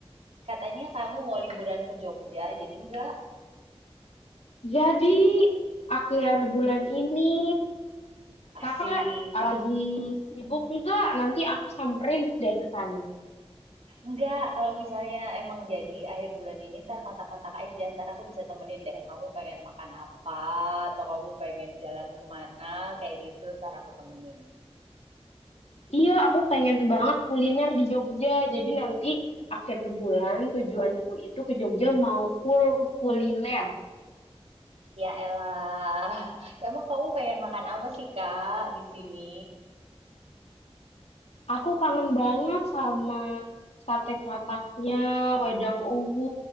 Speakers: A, on the right (about 75°); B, on the left (about 80°).
A: katanya kamu mau liburan ke Jogja, jadi enggak?
B: Jadi akhir bulan ini
A: Asik.
B: Kakak lagi sibuk nggak? Nanti aku samperin deh ke sana.
A: Enggak, kalau misalnya emang jadi akhir bulan ini ntar kontak-kontak aja, ntar aku bisa temenin deh. Kamu pengen makan apa, atau kamu pengen jalan kemana, kayak gitu ntar aku temenin.
B: Iya, aku pengen banget kuliner di Jogja. Jadi nanti akhir bulan tujuanku itu ke Jogja mau full kuliner.
A: Ya elah, <laughs> emang kamu pengen makan apa sih Kak di sini?
B: Aku kangen banget sama sate klataknya, wedang uwu,